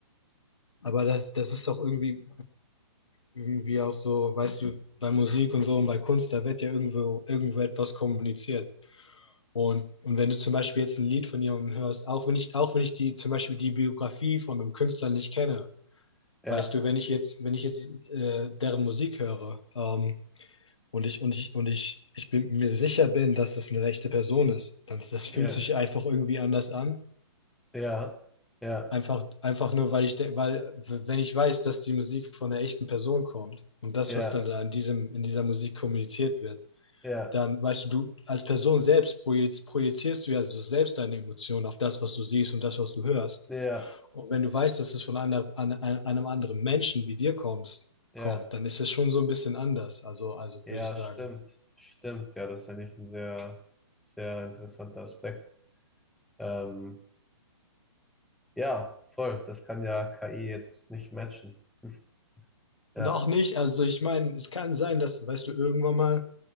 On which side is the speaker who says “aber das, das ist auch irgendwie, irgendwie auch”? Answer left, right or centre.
Left